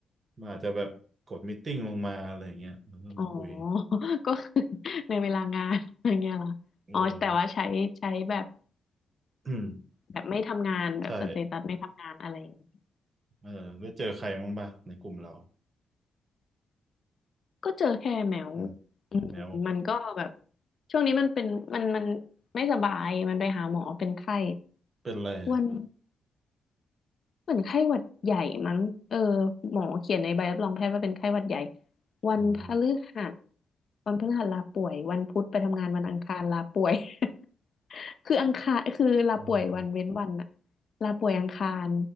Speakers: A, on the right; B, on the left.
A: มันอาจจะแบบกดมิทติ้งลงมาอะไรอย่างเงี้ยแล้วก็มาคุย
B: อ๋อ <laughs> ก็คือในเวลางาน <laughs> อย่างเงี้ยเหรออ๋อแต่ว่าใช้ใช้แบบ
A: เออ <clears throat> อืม
B: แบบไม่ทำงานแบบสเตตัสไม่ทำงานอะไรอย่างงี้
A: ใช่เออได้เจอใครบ้างป่ะในกลุ่มเรา
B: ก็เจอแค่แมว
A: อืม
B: อืมมันก็แบบ
A: แมว
B: ช่วงนี้มันเป็นมันมันไม่สบายมันไปหาหมอเป็นไข้
A: เป็นอะไรอ่ะ
B: วัน เหมือนไข้หวัดใหญ่มั้งเออหมอเขียนในใบรับรองแพทย์ว่าเป็นไข้หวัดใหญ่วันพฤหัส
A: อืม
B: วันพฤหัสลาป่วยวันพุธไปทำงานวันอังคารลาป่วย <laughs> คืออังคารคือลาป่วยวันเว้นวันอะ
A: ทำงาน
B: ลาป่วยอังคาร